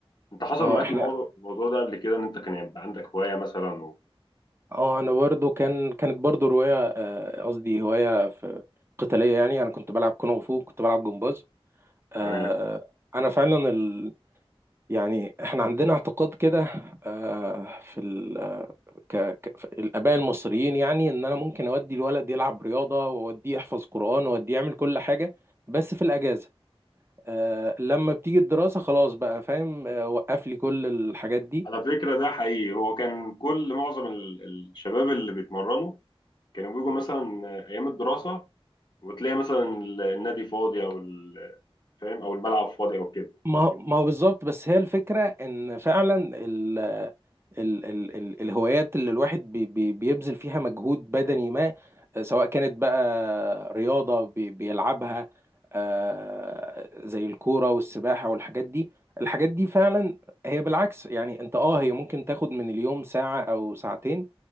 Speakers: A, on the left; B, on the right.
A: انت حصل
B: اه
A: معاك
B: احنا
A: الموضوع, الموضوع ده قبل كده ان انت كان يبقى عندك هوايه مثلا
B: اه انا برضو كان كانت برضو رواية آه، قصدي هواية في قتالية يعني انا كنت بلعب كونغ فو كنت بلعب جمباز آه،
A: وتمام
B: انا فعلا ال... يعني احنا عندنا اعتقاد كده آه، في ال... ك... ك... في الآباء المصريين يعني إن أنا ممكن أودي الولد يلعب رياضة وأوديه يحفظ قرآن وأوديه يعمل كل حاجة بس في الأجازة آه لما بتيجي الدراسة خلاص بقى فاهم آه وقف لي كل الحاجات دي
A: على فكره ده حقيقي هو كان كل معظم ال- الشباب اللي بيتمرنوا كانوا بيجوا مثلا ايام الدراسه وتلاقي مثلا النادي فاضي او ال- فاهم او الملعب فاضي او كده
B: ما هو ما هو بالظبط بس هي الفكرة إن فعلا ال- ال ال ال الهوايات اللي الواحد بي بي بيبذل فيها مجهود بدني ما آه، سواء كانت بقى رياضة بي بيلعبها آه، زي الكورة والسباحة والحاجات دي الحاجات دي فعلا هي بالعكس يعني انت اه هي ممكن تاخد من اليوم ساعة او ساعتين